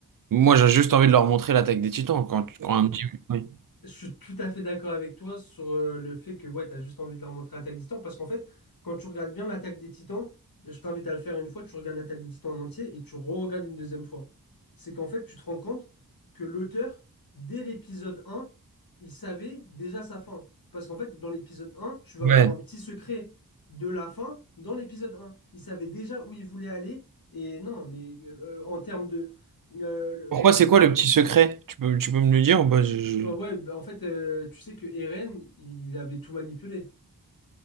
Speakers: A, on the right; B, on the left.
A: Moi, j'ai juste envie de leur montrer l'attaque des Titans quand, quand un petit. oui.
B: Je suis tout à fait d'accord avec toi sur euh, le fait que ouais, t'as juste envie de leur montrer l'attaque des Titans parce qu'en fait, quand tu regardes bien l'attaque des Titans, je t'invite à le faire une fois, tu regardes l'attaque des Titans en entier et tu re-regardes une deuxième fois. C'est qu'en fait, tu te rends compte que l'auteur, dès l'épisode un il savait déjà sa fin. Parce qu'en fait, dans l'épisode un tu vas
A: Ouais.
B: voir un petit secret de la fin dans l'épisode un Il savait déjà où il voulait aller et non, mais euh, en termes de. euh, le-
A: Pourquoi
B: le-
A: c'est quoi le petit secret? Tu peux, tu peux me le dire? ou pas Je- je-
B: euh, ouais, bah, en fait, euh, tu sais que Eren, il avait tout manipulé.